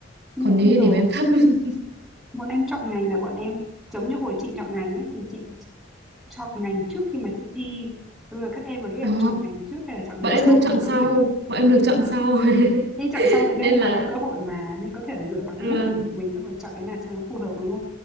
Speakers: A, in the centre; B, on the right.
A: nhưng
B: Còn
A: mà
B: nếu
A: bây
B: như
A: giờ
B: điểm em thấp <laughs>
A: bọn em chọn ngành là bọn em giống như hồi chị chọn ngành ấy thì chị chọn ngành trước khi mà chị thi bây giờ các em là các em
B: Ồ,
A: chọn ngành trước hay là chọn ngành
B: bọn em
A: sau
B: được
A: khi
B: chọn
A: mà
B: sau,
A: có điểm
B: bọn em được chọn sau. <laughs>
A: Khi chọn xong thì các
B: Nên
A: em
B: là
A: có nhiều cơ hội mà nên có thể là dựa vào cái
B: vâng,
A: mức điểm của mình xong rồi chọn cái nào cho nó phù hợp đúng không?